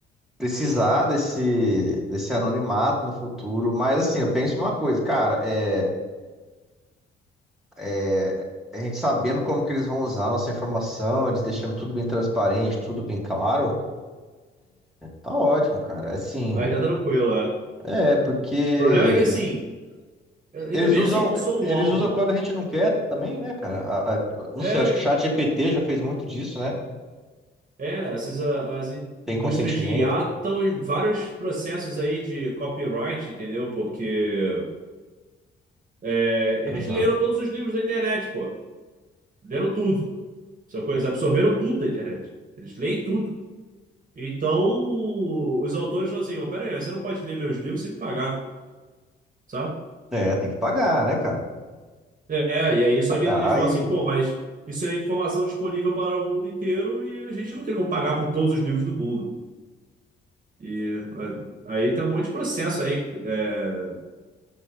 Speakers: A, in the centre; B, on the right.
A: precisar desse, desse anonimato no futuro, mas assim, eu penso uma coisa, cara, é, é, a gente sabendo como que eles vão usar a nossa informação, eles deixando tudo bem transparente, tudo bem claro, tá ótimo, cara. É Assim,
B: Aí tá tranquilo, é.
A: é, porque
B: O problema é que assim, e
A: eles
B: e também
A: usam,
B: assim, não sou
A: eles
B: um alvo.
A: usam quando a gente não quer também, né, cara? A- a- não
B: É,
A: sei, acho que o chat GPT já fez muito disso, né?
B: é, essas a- as indústrias
A: Tem consentimento.
B: de IA estão em vários processos aí de copyright, entendeu? Porque é,
A: Aham.
B: eles leram todos os livros da internet, pô. Leram tudo. Sacou? Eles absorveram tudo da internet. Eles leem tudo. Então, os autores falam assim: ó, pera aí, você não pode ler meus livros sem me pagar, sabe?
A: É, tem que pagar, né, cara?
B: É, e aí, só
A: Pagar
B: que eles falam
A: e.
B: assim: pô, mas isso é informação disponível para o mundo inteiro e a gente não tem como pagar por todos os livros do mundo. E é, aí tem um monte de processo aí, é,